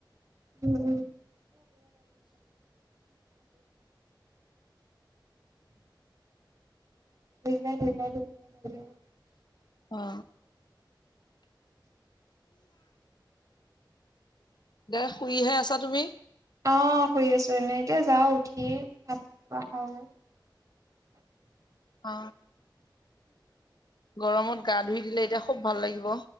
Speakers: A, on the right (about 45°); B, on the left (about 60°).
A: উম উম ধুনীয়া ধুনীয়া <unintelligible>
B: অ দে শুইহে আছা তুমি
A: অ শুই আছো এনেকে যাওঁ উঠি ভাত কেইটা খাওঁগৈ
B: অ গৰমত গা ধুই দিলে এতিয়া খুব ভাল লাগিব